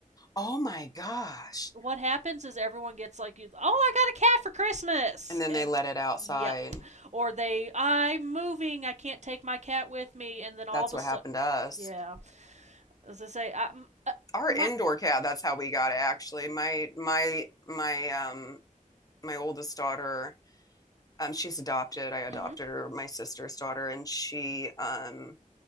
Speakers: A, on the left; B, on the right.
A: Oh my gosh.
B: what happens is everyone gets like, "Oh, I got a cat for Christmas,"
A: And then
B: and
A: they let it outside.
B: yep, or they, "I'm moving, I can't take my cat with me," and then all
A: That's
B: of a
A: what
B: sudden,
A: happened to us.
B: yeah, as I say, i uh,
A: Our
B: my,
A: indoor cat, that's how we got it actually. My my my um my oldest daughter, um, she's adopted. I adopted
B: mm-hmm,
A: her, my sister's daughter, and she um,